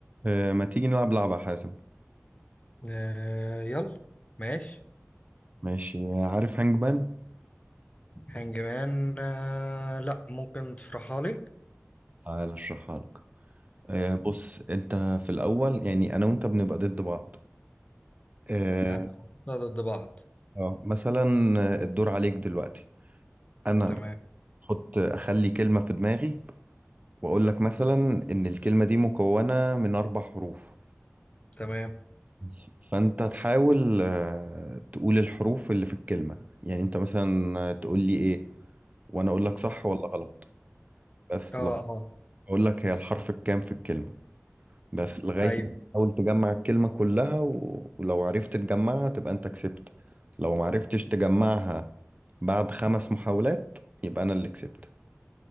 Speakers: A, on the right (about 30°); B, on the left (about 30°).
A: آه، ما تيجي نلعب لعبة يا حازم
B: آه يلا ماشي
A: ماشي عارف هانج مان
B: هانجمان آه لا ممكن تشرحها لي
A: تعال اشرحها لك آه، بص انت في الاول يعني انا وانت بنبقى ضد بعض اه
B: انا هحطها ضد بعض
A: آه، مثلا آه، الدور عليك دلوقتي انا
B: تمام
A: احط اخلي كلمة في دماغي واقول لك مثلا ان الكلمة دي مكونة من اربع حروف
B: تمام
A: بس. فانت تحاول آه، تقول الحروف اللي في الكلمة يعني انت مثلا آه، تقول لي ايه وانا اقول لك صح ولا غلط بس
B: اه
A: لو
B: اه
A: اقول لك هي الحرف الكام في الكلمة بس لغاية
B: ايوه
A: ما تحاول تجمع الكلمة كلها و... ولو عرفت تجمعها تبقى انت كسبت لو معرفتش تجمعها بعد خمس محاولات يبقى انا اللي كسبت